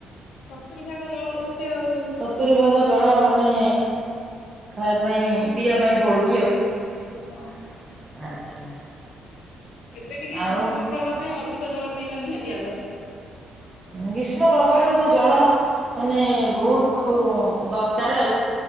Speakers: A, on the left; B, on the right.
A: ସତୁରି ଭାଗ ଜଳ ରହୁଚି ଆଉ।
B: ସତୁରି ଭାଗ ଜଳ ମାନେ ଖାଇବା ପାଇଁ ପିଇବା ପାଇଁ ପଡୁଚି ଆଉ ଆ
A: ହଁ।
B: ଆଚ୍ଛା।
A: ଏବେ ଟିକେ
B: ଆଉ
A: ଗ୍ରୀଷ୍ମ ପ୍ରବାହ ପାଇଁ ଅଧିକ ଜଳ ପିଇବା ନିହାତି ଆବଶ୍ୟକ।
B: ଗ୍ରୀଷ୍ମ ପ୍ରଭାବରେ
A: କାରଣ
B: ତ ଜଳ ମାନେ ବହୁତ ଦରକାର ଆଉ।